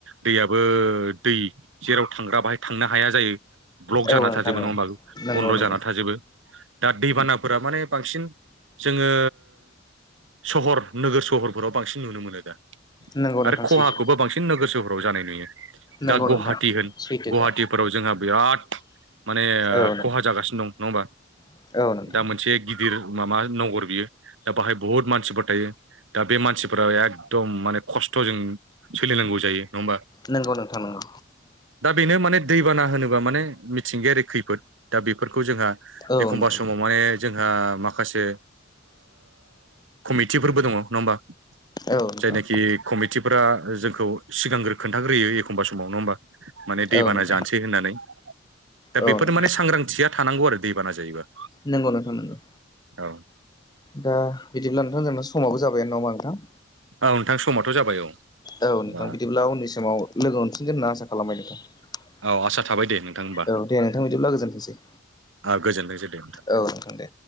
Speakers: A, on the right (about 80°); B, on the left (about 20°).
A: दैयाबो दै जेराव थांग्रा बाहाय थांनो हाया जायो ब्लक जाना
B: औ नोंथां
A: थाजोबो नङा
B: औ
A: होमबा
B: नंगौ
A: बन्द'
B: नंगौ
A: जाना थाजोबो। दा दैबानाफोरा माने बांसिन जोङो सहर नोगोर सहरफोराव बांसिन नुनो मोनो दा
B: नंगौ
A: आरो
B: नोंथां
A: खहाखौबो
B: सैथो
A: बांसिन नोगोर सहर फ्राव जानाय नुयो
B: नंगौ
A: दा गुवाहाटि
B: नोंथां।
A: गुवाहाटिफोराव
B: सैथोखा
A: जोंहा बिराद माने
B: औ
A: खहा जागासिनो दं नङा होमबा
B: नोंथां औ नोंथां
A: दा मोनसे गिदिर माबा नगर बियो दा बाहाय बहुत मानसिफोर थायो। दा बे मानसिफोरा एकदम माने खस्थ'जों सोलिनांगौ जायो नङा होमबा।
B: नोंगौ नोंथां नोंगौ।
A: दा बेनो माने दैबाना होनोबा माने मिथिंगायारि खैफोद दा बेफोरखौ जोंहा
B: औ
A: एखमबा
B: नोंथां
A: समाव माने ओ जोंहा माखासे कमिटिफोरबो दङ नङा होमबा
B: औ नोंथां
A: जायनाखि कमिटिफोरा जोंखौ सिगांग्रो खोन्थाग्रोयो एखमबा समाव नङा होमबा माने दैबाना
B: औ नोंथां
A: जानोसै होननानै दा
B: औ
A: बेफोर
B: नोंथां
A: माने सांग्रांथिया थानांगौ आरो दैबाना जायोबा
B: नंगौ नोंथां नंगौ
A: औ
B: दा बिदिब्ला नोंथां जोंना समाबो जाबायानो नङा होनबा नोंथां
A: औ नोंथां समाथ' जाबाय औ
B: औ नोंथां
A: बा
B: बिदिब्ला उननि समाव लोगो मोनफिन गोन होनना आसा खालामबाय नोंथां
A: औ आसा थाबाय दे नोंथां होमबा
B: औ दे नोंथां बिदिब्ला गोजोनथोंसै
A: ओ, गोजोनथोंसै दे
B: औ नोंथां दे